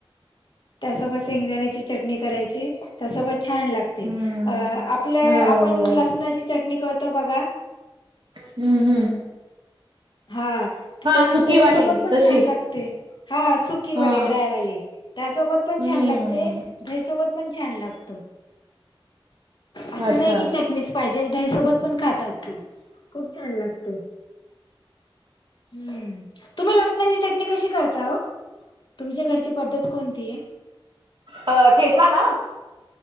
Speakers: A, on the left; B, on the right.
A: त्यासोबत शेंगदाण्याची चटणी करायची त्यासोबत छान लागते
B: हम्म
A: अ आपलं
B: हो
A: आपण लसणाची चटणी करतो बघा
B: हम्म हम्म
A: हा
B: हा
A: त्याच्या
B: सुकीवाली
A: त्याच्यासोबत पण
B: तशी
A: छान लागत हा सुकीवाली
B: हा
A: ड्रायवाली त्यासोबत पण
B: हम्म
A: छान लागते ईसोबत पण छान लागत असं
B: अच्छा
A: नाही की चटणी पाहिजेल दही सोबत पण खातात ती खूप छान लागते हम्म तुम्ही लसणाची चटणी कशी करताह तुमच्याकडची पद्धत कोणती आहे
B: अ ठेचा ना